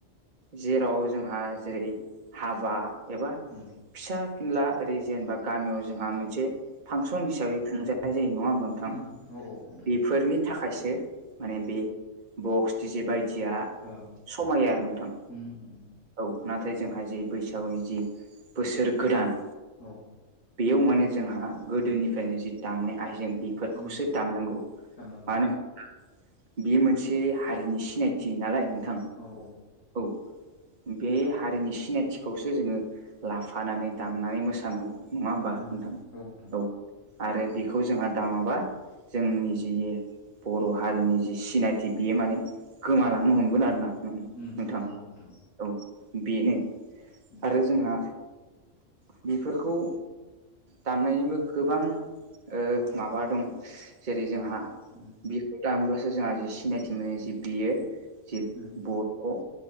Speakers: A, on the right; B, on the left.
A: जेराव जोंहा जेरै हाबा एबा
B: उम
A: फिसा फिनला ओरै जेनेबा गामियाव जोंहा मोनसे फांसन हिसाबै खुंजानाय जायो नङा होनबा थां
B: उम औ औ नोंथां
A: बेफोरनि थाखायसो माने बे बक्स डिजे बायदिया
B: ओ
A: समायो आरो नोंथां
B: ओ उम उम
A: औ नाथाय जोंहा जि बैसागुनि जि बोसोर गोदान
B: औ
A: बेयाव माने जोंहा गोदोनिफ्रायनो जि दामनाय आइजें बेफोरखौसो
B: उम
A: दामनांगौ
B: दामनांगौ
A: मानो होनोब्ला बे मोनसे हारिनि सिनायथि नालाय नोंथां।
B: उम औ औ
A: औ बे हारिनि सिनायथिखौसो जोङो लाफानानै दामनानै मोसानांगौ नंआ होमबा
B: उम
A: नोंथां
B: उम नोंथां
A: औ आरो बेखौ जोंहा दा माबा जों निजिये बर' हारिनि जि सिनायथि बेयो माने गोमालांनो हमगोन आरो ना नोंथां
B: उम उम औ नोंथां
A: औ बेनो
B: उम
A: आरो जोंहा ओ बेफोरखौ दामनायनिबो गोबां ओ माबा दं जेरै जोंहा
B: उम
A: बेखौ दामोब्लासो जोंहा जे सिनायथि मोनो जे बेयो जि
B: उम
A: बर' ओ